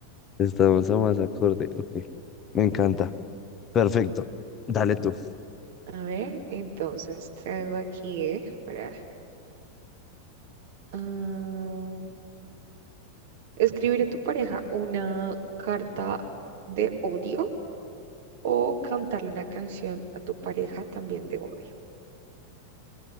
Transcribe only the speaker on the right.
A ver, entonces tengo aquí para ah, escribir a tu pareja una carta de odio o cantarle una canción a tu pareja también de odio.